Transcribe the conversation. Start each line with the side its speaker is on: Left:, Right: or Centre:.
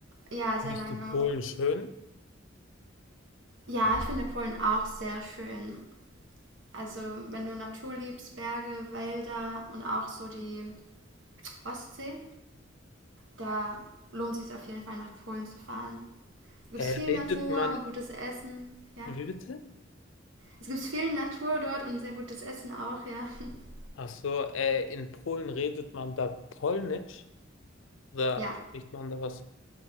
Right: Ja, sehr
Left: Bist
Right: lange.
Left: du Polen schön?
Right: Ja, ich finde Polen auch sehr schön. Also, wenn du Natur liebst, Berge, Wälder und auch so die Ostsee, da lohnt es sich auf jeden Fall nach Polen zu fahren. Da gibt
Left: Äh,
Right: es viel
Left: redet
Right: Natur
Left: man,
Right: und gutes Essen, ja.
Left: wie bitte?
Right: Es gibt viel Natur dort und sehr gutes Essen auch, ja. <laughs>
Left: Ach so, äh, in Polen redet man da Polnisch? Oder
Right: Ja,
Left: spricht man da was?